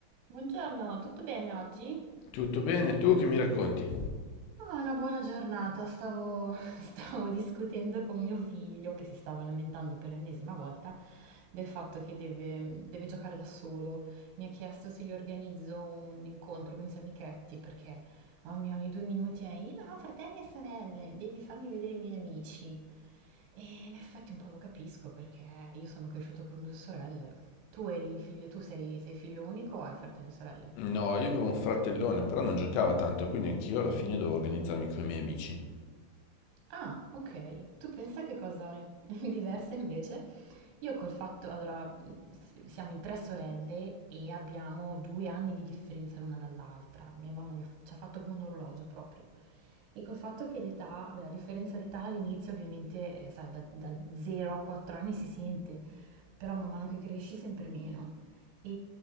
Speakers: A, on the right (about 75°); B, on the left (about 85°).
A: Buongiorno, tutto bene oggi?
B: Tutto bene, tu che mi racconti?
A: Ah, una buona giornata. Stavo, <laughs> stavo discutendo con mio figlio che si stava lamentando per l'ennesima volta del fatto che deve, deve giocare da solo. Mi ha chiesto se gli organizzo un incontro con i suoi amichetti perché, mamma mia, ogni due minuti è io non ho fratelli e sorelle, devi farmi vedere i miei amici. E in effetti un po' lo capisco perché io sono cresciuto con due sorelle. Tu eri figlio, tu sei, sei figlio unico o hai fratelli e sorelle?
B: No, io avevo un fratellone, però non giocava tanto, quindi anch'io alla fine dovevo organizzarmi con i miei amici.
A: Ah, ok. Tu pensa che cosa in- <laughs> diversa invece? Io col fatto, allora, s- siamo in tre sorelle e abbiamo due anni di differenza l'una dall'altra. Mia mamma gli ha- ci ha fatto come un orologio proprio. E col fatto che l'età, beh, la differenza d'età all'inizio ovviamente, eh, sai, da, da 0 a 4 anni si sente, però man mano che cresci sempre meno. E